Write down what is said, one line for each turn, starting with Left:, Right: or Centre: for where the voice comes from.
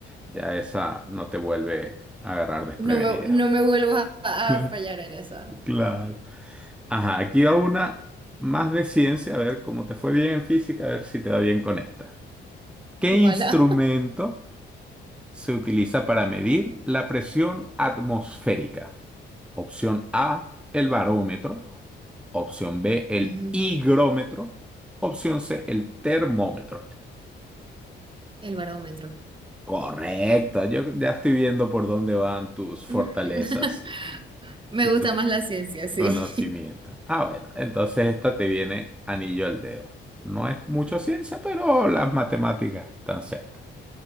Centre: Ya esa no te vuelve a agarrar desprevenida.
Right: No me, no me vuelvas a,
Centre: <laughs>
Right: a fallar en esa.
Centre: Claro. Ajá, aquí va una más de ciencia, a ver cómo te fue bien en física, a ver si te va bien con esta. ¿Qué
Right: Ojalá.
Centre: instrumento se utiliza
Right: Ok.
Centre: para medir la presión atmosférica. Opción A, el barómetro. Opción B, el
Right: Ujú.
Centre: higrómetro. Opción C, el termómetro.
Right: El barómetro.
Centre: Correcto, yo ya estoy viendo por dónde van tus fortalezas
Right: <laughs>
Centre: y,
Right: Me
Centre: y
Right: gusta
Centre: tus
Right: más la ciencia, sí.
Centre: conocimientos. Ah, bueno, entonces esta te viene anillo al dedo. No es mucha ciencia, pero las matemáticas están cerca.